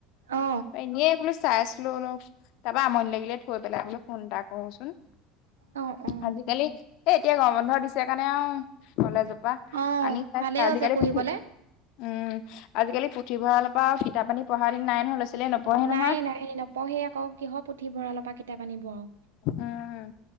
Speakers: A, on the right (about 70°); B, on the left (about 55°).
A: অ
B: এনে এই বো চাই আছো। বোলো অলপ তাৰপৰা আমনি লাগিলে থৈ পেলাই বো ফোন এটা কৰচোন।
A: অ অ
B: আজিকালি এ এতিয়া গৰম বন্ধ দিছে কাৰণে আৰু। খলাজোপা
A: অ
B: ত
A: ভালেই
B: আজিক।
A: হৈছে পঢ়িবলে
B: উম আজিকালি পুথিভঁৰালৰ পৰা ফিতাপানী পঢ়া দিন নাই নহয়। ছোৱালীয়ে নপঢ়ে নহয়
A: নাই নাই নপঢ়ে আকৌ কিহ পুথি ভঁৰালৰ পৰা কিতাপ আনিব আৰু।
B: হম।